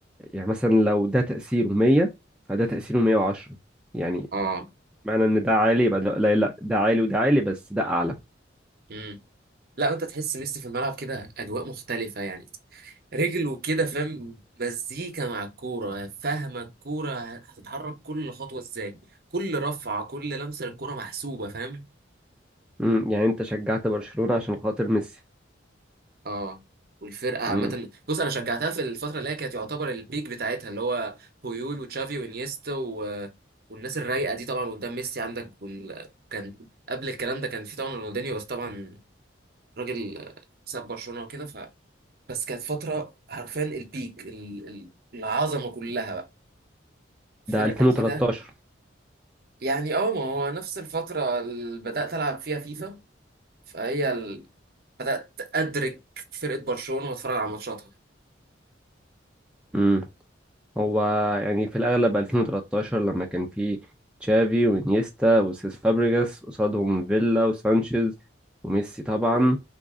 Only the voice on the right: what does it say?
اه
امم لا انت تحس ميسي في الملعب كده اجواء مختلفه يعني رجله كده فاهم مزيكا مع الكورة فاهمة الكورة هتتحرك كل خطوة ازاي كل رفعة كل لمسة للكورة محسوبة فاهم
اه والفرقة عامة
بص أنا شجعتها في الفترة اللي هي كانت يعتبر البيك بتاعتها اللي هو بويول وتشافي وانيستا و... والناس الرايقة دي طبعا قدام ميسي عندك وال... كان قبل الكلام ده كان في طبعا رونالدينيو بس طبعا راجل ساب برشلونة وكده ف بس كانت فترة حرفيا البيك ال... ال- العظمة كلها بقى فرقة
كده يعني اه ما هو نفس الفترة اللي بدأت ألعب فيها فيفا فهي ال... بدأت أدرك فرقة برشلونة وأتفرج على ماتشاتها
ايه